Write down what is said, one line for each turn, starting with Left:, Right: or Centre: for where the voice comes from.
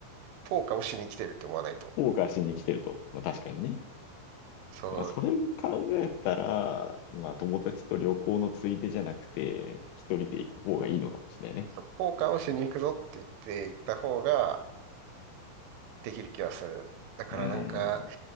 Right: ポーカーをしに来てるって思わないと。
Left: 後悔しに来てると。まあ確かにね。
Right: そう。
Left: まあそれを考えたら、まあ友達と旅行のついでじゃなくて、一人で行く方がいいのかもしれないね。
Right: そうポーカーをしに行くぞって言って行った方ができる気はする。だからなんか、
Left: うん。